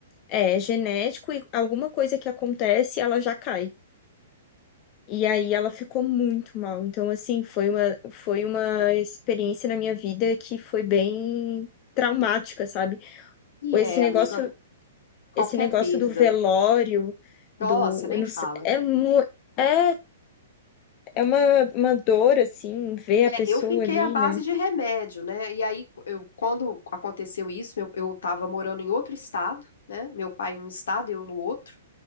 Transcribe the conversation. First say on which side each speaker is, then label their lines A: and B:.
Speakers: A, on the left (about 40°); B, on the left (about 75°).
A: é genético e alguma coisa que acontece, ela já cai. E aí ela ficou muito mal. Então, assim, foi uma, foi uma experiência na minha vida que foi bem traumática, sabe?
B: E
A: Esse
B: é,
A: negócio
B: amiga, qualquer
A: esse negócio
B: perda.
A: do velório, do,
B: Nossa, nem
A: eu não
B: fala.
A: sei, é, mu- é, é uma, uma dor, assim, ver
B: É,
A: a pessoa
B: Eu fiquei
A: ali,
B: à base
A: né?
B: de remédio, né? E aí, eu, quando aconteceu isso, eu eu estava morando em outro estado, né? Meu pai em um estado, eu no outro.